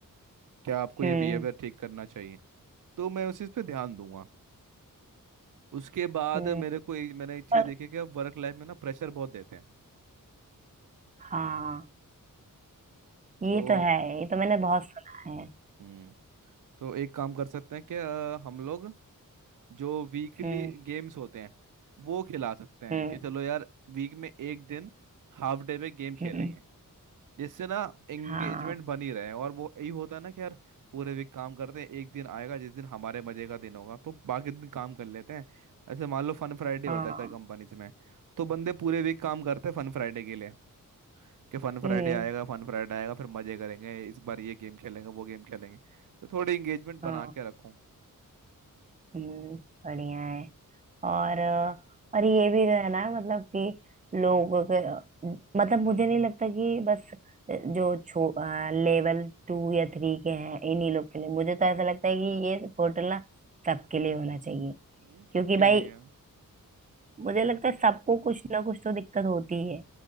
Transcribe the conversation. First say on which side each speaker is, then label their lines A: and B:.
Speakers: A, on the right; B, on the right.
A: क्या आपको ये
B: हम्म
A: बिहेवियर ठीक करना चाहिए तो मैं उस चीज़ पे ध्यान दूंगा उसके
B: ओके
A: बाद मेरे को एक मैंने एक चीज़
B: पर
A: देखी है कि अब वर्क लाइफ में ना प्रेशर बहुत देते हैं
B: हाँ ये
A: तो
B: तो है ये तो मैंने बहुत सुना है
A: हम्म तो एक काम कर सकते हैं कि अ, हम लोग जो वीकली
B: हम्म
A: गेम्स होते हैं वो खिला सकते हैं
B: हम्म
A: कि चलो यार वीक में एक दिन हाफ डे पे गेम खेलेंगे
B: हम्म
A: इससे ना एंगेजमेंट
B: हाँ
A: बनी रहे और वो यही होता है ना कि यार पूरे वीक काम करते हैं एक दिन आएगा जिस दिन हमारे मजे का दिन होगा तो बाकी दिन काम कर लेते हैं ऐसे मान लो फन फ्राइडे
B: हाँ
A: होता है कई कंपनीज में तो बंदे पूरे वीक काम करते हैं फन फ्राइडे के लिए कि फन फ्राइडे
B: हम्म
A: आएगा फन फ्राइडे आएगा फिर मजे करेंगे इस बार ये गेम खेलेंगे वो गेम खेलेंगे तो थोड़ी एंगेजमेंट बना
B: हाँ
A: के रखूं
B: हम्म बढ़िया है और अ, और ये भी जो है ना मतलब कि लोगों के मतलब मुझे नहीं लगता कि बस जो छो लेवल टू या थ्री के हैं इन्हीं लोग के लिए मुझे तो ऐसा लगता है कि ये पोर्टल ना सबके लिए होना चाहिए
A: हम्म,
B: क्योंकि
A: सबके
B: भाई
A: लिए
B: मुझे लगता है सबको कुछ ना कुछ तो दिक्कत होती ही है